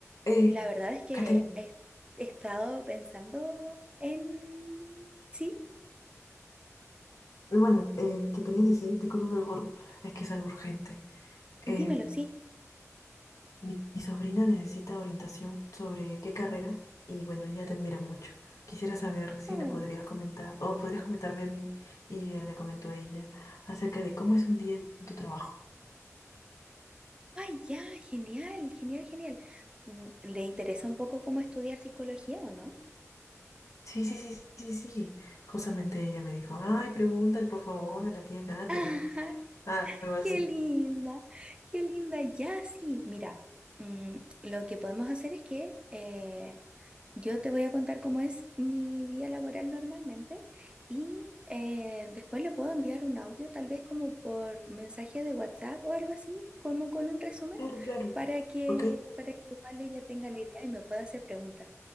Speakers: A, on the left; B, on the right.
A: Eh,
B: La verdad es que
A: Catherine,
B: he he estado pensando en... Sí,
A: bueno, eh, te quería decir, discúlpame por, es que es algo urgente.
B: dímelo,
A: Eh,
B: sí.
A: mi, mi sobrina necesita orientación sobre qué carrera y bueno, ella te admira mucho. Quisiera saber si
B: Oh,
A: le podrías comentar o podrías comentarme a mí y yo ya le comento a ella acerca de cómo es un día en tu trabajo.
B: ay, ya, genial, genial, genial. Mm, ¿Le interesa un poco cómo estudiar psicología o no?
A: Sí, sí, sí, sí, sí. Justamente ella me dijo, ay, pregúntale por favor a la tía Catherine.
B: <laughs> Ajá,
A: Ah, algo así.
B: qué linda, qué linda, ya, sí. Mira, mm, lo que podemos hacer es que eh, Yo te voy a contar cómo es mi día laboral normalmente y eh, después le puedo enviar un audio, tal vez como por mensaje de WhatsApp o algo así, como con un resumen,
A: Claro, claro.
B: para que,
A: Ok,
B: para que Vale ya tenga la idea y me pueda hacer preguntas.